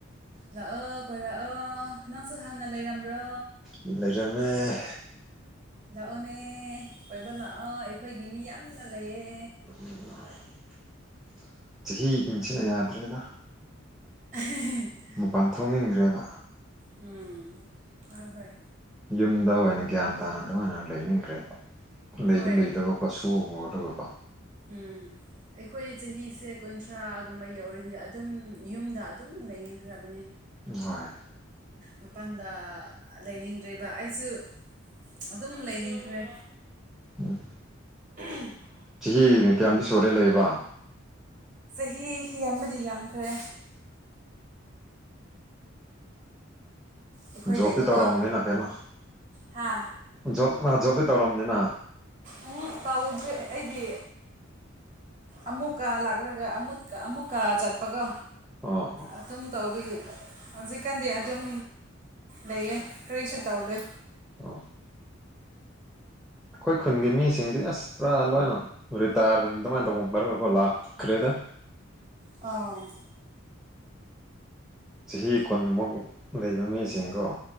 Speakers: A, on the right; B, in the centre.
A: ꯂꯥꯛꯑꯣ ꯀꯣꯏꯔꯛꯑꯣ ꯅꯪꯁꯨ ꯍꯥꯟꯅ ꯂꯩꯔꯝꯕ꯭ꯔꯣ
B: ꯂꯩꯔꯝꯃꯦ
A: ꯂꯥꯛꯑꯣꯅꯦ ꯀꯣꯏꯕ ꯂꯥꯛꯑꯣ ꯑꯩꯈꯣꯏꯒꯤ ꯃꯤ ꯌꯥꯝꯅ ꯂꯩꯌꯦ
B: <unintelligible> ꯆꯍꯤ ꯀꯨꯝꯁꯤꯅ ꯌꯥꯗ꯭ꯔꯦꯗ
A: <unintelligible>
B: ꯃꯄꯥꯟ ꯊꯣꯛꯅꯤꯡꯗ꯭ꯔꯦꯕ
A: ꯎꯝ ꯍꯣꯏ ꯍꯣꯏ
B: ꯌꯨꯝꯗ ꯑꯣꯏꯅ ꯒ꯭ꯌꯥꯟ ꯇꯥꯅ ꯀꯃꯥꯏꯅ ꯂꯩꯅꯤꯡꯈ꯭ꯔꯦꯕ ꯂꯩꯕ
A: ꯍꯣꯏ
B: ꯂꯩꯇꯕ ꯁꯨꯔꯒꯀꯣ
A: ꯎꯝ ꯑꯩꯈꯣꯏ ꯆꯍꯤꯁꯦ ꯀꯨꯟꯊ꯭ꯔꯥꯒꯨꯝꯕ ꯌꯧꯔꯗꯤ ꯑꯗꯨꯝ ꯌꯨꯝꯗ ꯑꯗꯨꯝ ꯂꯩꯅꯤꯡꯈ꯭ꯔꯕꯅꯦ
B: ꯍꯣꯏ
A: ꯃꯄꯥꯟꯗ ꯂꯩꯅꯤꯡꯗ꯭ꯔꯦꯕ ꯑꯩꯁꯨ ꯑꯗꯨꯝ ꯂꯩꯅꯤꯡꯈ꯭ꯔꯦ
B: ꯎꯝ
A: ꯎꯝ
B: ꯆꯍꯤ ꯀꯌꯥꯝꯗꯤ ꯁꯨꯔꯦ ꯂꯩꯕ
A: ꯆꯍꯤ ꯌꯥꯝꯕꯗꯤ ꯌꯥꯝꯈ꯭ꯔꯦ ꯑꯩꯈꯣꯏ
B: ꯖꯣꯕꯇꯤ
A: ꯂꯩꯕꯀꯣ
B: ꯇꯧꯔꯝꯕꯅꯤꯅ ꯀꯩꯅꯣ
A: ꯍꯥ
B: ꯖꯣ ꯑ ꯖꯣꯇꯤ ꯇꯧꯔꯝꯕꯅꯤꯅ
A: ꯎꯝ ꯇꯧꯗ꯭ꯔꯦ ꯑꯩꯗꯤ ꯑꯃꯨꯛꯀ ꯂꯥꯛꯂꯒ ꯑꯃꯨꯛꯀ ꯑꯃꯨꯛꯀ ꯆꯠꯄꯒ
B: ꯑꯣ ꯑꯣ
A: ꯑꯗꯨꯝ ꯇꯧꯕꯤꯒꯤ ꯍꯧꯖꯤꯛꯀꯥꯟꯗꯤ ꯑꯗꯨꯝ ꯂꯩꯌꯦ ꯀꯔꯤꯁꯨ ꯇꯧꯗꯦ
B: ꯑ ꯑꯩꯈꯣꯏ ꯈꯨꯟꯒꯤ ꯃꯤꯁꯤꯡꯗꯤ ꯑꯁ ꯄꯨꯔꯥ ꯂꯣꯏꯅ ꯔꯤꯇꯥꯌꯔ ꯑꯗꯨꯃꯥꯏꯅ ꯇꯧꯕ ꯃꯔꯔꯒꯀꯣ ꯂꯥꯛꯈ꯭ꯔꯦꯗ
A: ꯑꯥ
B: ꯆꯍꯤ ꯀꯨꯟꯃꯨꯛ ꯂꯩꯕ ꯃꯤꯁꯤꯡꯗꯣ